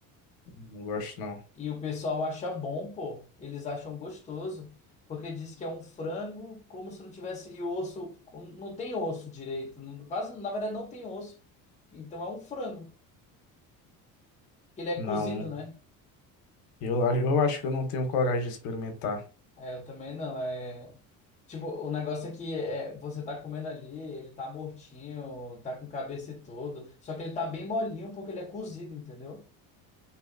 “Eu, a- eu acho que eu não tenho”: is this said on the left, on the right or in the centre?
Left